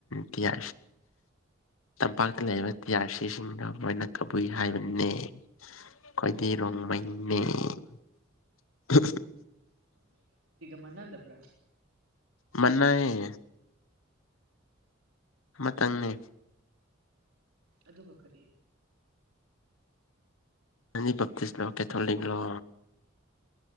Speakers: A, on the left; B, on the right.
A: ꯇꯤꯍ ꯇꯝꯄꯥꯛꯇ ꯂꯩꯔꯤꯕ ꯇꯤꯍꯥꯔ ꯁꯤꯁꯤꯡꯗ ꯃꯣꯏꯅ ꯀꯕꯨꯏ ꯍꯥꯏꯕꯅꯦ ꯈ꯭ꯋꯥꯣꯏꯗꯤ ꯔꯣꯡꯃꯩꯅꯤ
B: ꯎꯝ
A: <unintelligible>
B: ꯃꯅꯥꯗꯕ꯭ꯔꯥ
A: ꯃꯅꯥꯑ ꯑꯃꯇꯪꯅꯦ
B: ꯑꯗꯨꯒ ꯀꯔꯤ
A: ꯅꯟ ꯕꯇꯤꯤꯁ ꯂ ꯑꯣꯀꯦ ꯊꯂꯅꯤꯡꯣ